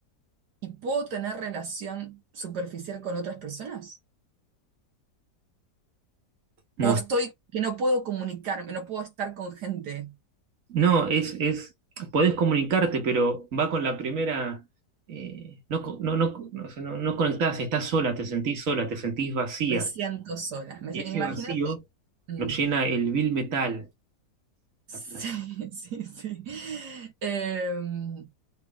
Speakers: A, on the right (about 70°); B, on the right (about 50°).
A: ¿Y puedo tener relación superficial con otras personas?
B: No,
A: ¿O estoy que no puedo comunicarme, no puedo estar con gente?
B: no, es, es, podés comunicarte, pero va con la primera, eh, no, co- no, no, no, o sea, no- no conectás, estás sola, te sentís sola, te sentís vacía,
A: Me siento sola. Me
B: y
A: sie-
B: ese
A: imagínate.
B: vacío
A: Mm,
B: lo llena el vil metal,
A: sí,
B: la plata.
A: <laughs> sí, sí. Em,